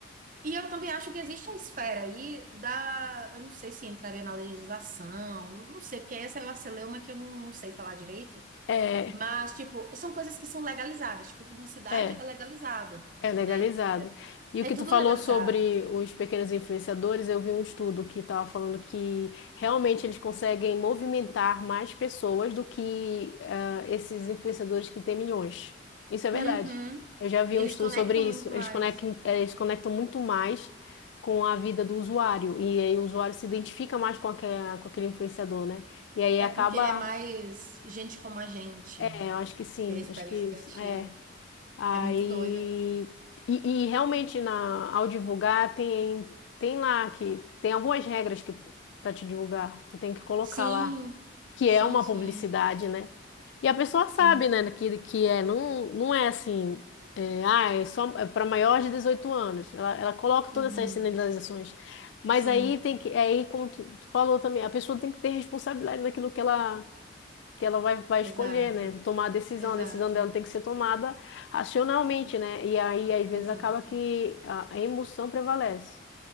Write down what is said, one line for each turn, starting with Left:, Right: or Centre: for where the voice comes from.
Right: E eu também acho que existe a esfera aí da. Eu não sei se entraria na legislação, não sei, porque essa é uma celeuma que eu não, não sei falar direito.
Left: É,
Right: Mas, tipo, são coisas que são legalizadas. Tipo, publicidade
Left: é,
Right: é legalizado,
Left: é legalizado.
Right: né?
Left: E
Right: É
Left: o que
Right: tudo
Left: tu falou
Right: legalizado.
Left: sobre os pequenos influenciadores, eu vi um estudo que estava falando que realmente eles conseguem movimentar mais pessoas do que ah, esses influenciadores que têm milhões. Isso é verdade.
Right: Uhum.
Left: Eu já vi
Right: Eles
Left: um estudo
Right: conectam
Left: sobre
Right: muito
Left: isso.
Right: mais.
Left: Eles conectam, eles conectam muito mais com a vida do usuário. E aí o usuário se identifica mais com aquele, com aquele influenciador, né? E aí
Right: É
Left: acaba
Right: porque ele é mais gente como a gente.
Left: É, eu acho que sim,
Right: Eles
Left: acho
Right: pegam
Left: que isso,
Right: esse gatilho.
Left: é. Aí,
Right: É muito doido.
Left: e, e realmente na, ao divulgar tem, tem lá que tem algumas regras que para te divulgar, tu tem que colocar
Right: Sim,
Left: lá, que
Right: sim,
Left: é uma
Right: sim,
Left: publicidade, né? E a pessoa
Right: sim.
Left: sabe, né, que, que é, não, não é assim, é, ah, é só é para maiores de 18 anos. Ela, ela coloca todas
Right: Uhum.
Left: essas sinalizações. Mas
Right: Sim,
Left: aí tem que, aí como tu, tu falou também, a pessoa tem que ter responsabilidade naquilo que ela que ela vai, vai escolher,
Right: exato,
Left: né? Tomar a decisão.
Right: exato,
Left: A decisão dela tem que ser tomada racionalmente, né? E aí, às vezes,
Right: exato.
Left: acaba que a a emoção prevalece.